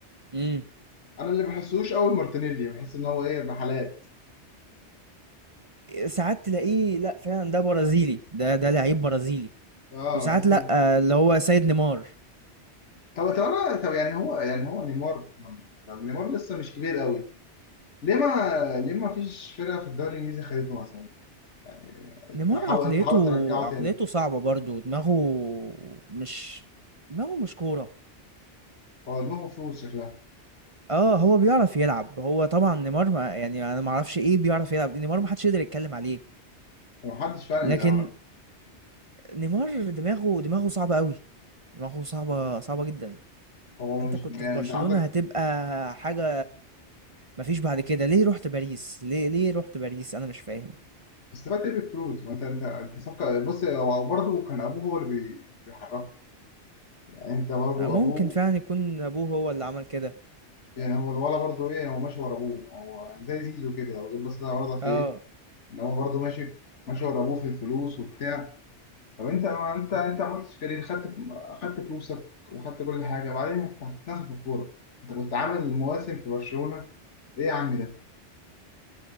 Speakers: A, on the right; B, on the left.
A: امم
B: انا اللي بحسوش قوي مارتينيلي بحس ان هو ايه بحالات
A: ساعات تلاقيه لا فعلا ده برازيلي ده ده لعيب برازيلي
B: اه
A: وساعات
B: بحس
A: لا
B: ان
A: آه، اللي هو سيد نيمار
B: طب طب انا طب يعني هو يعني هو نيمار طب نيمار لسه مش كبير قوي ليه ما ليه ما فيش فرقه في الدوري الانجليزي خدته مثلا يعني
A: نيمار
B: تحاول
A: عقليته
B: تحاول ترجعه
A: عقليته
B: تاني
A: صعبة برضو دماغه مش دماغه مش كورة
B: هو دماغه فلوس شكلها
A: اه هو بيعرف يلعب هو طبعا نيمار ما يعني انا ما اعرفش ايه بيعرف يلعب دي نيمار ما حدش يقدر يتكلم عليه
B: ومحدش فعلا
A: لكن
B: يعني
A: نيمار دماغه دماغه صعبة قوي دماغه صعبة صعبة جدا
B: هو
A: انت
B: مش
A: كنت
B: يعني
A: في برشلونة
B: انت عندك
A: هتبقى حاجة مفيش بعد كده ليه رحت باريس ليه ليه رحت باريس انا مش فاهم
B: استفدت ايه بالفلوس ما انت انت انت صفقه بص هو برضه كان ابوه هو اللي بي- بيحركه يعني انت برضه
A: ممكن
B: ابوه
A: فعلا يكون ابوه هو اللي عمل كده
B: يعني هو الولد برضه ايه هو ماشي ورا ابوه هو زي زيزو كده لو جيت بصيت على الولد هتلاقيه
A: اه
B: ان هو برضه ماشي ماشي ورا ابوه في الفلوس وبتاع طب انت ما انت انت عملتش كارير خدت خدت فلوسك وخدت كل حاجه بعدين انت هتتنفخ في الكوره انت كنت عامل مواسم في برشلونه ايه يا عم ده؟